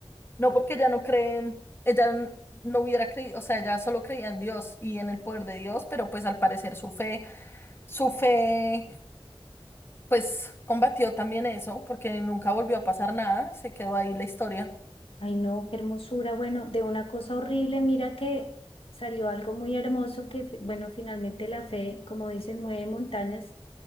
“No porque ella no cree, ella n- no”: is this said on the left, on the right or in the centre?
Left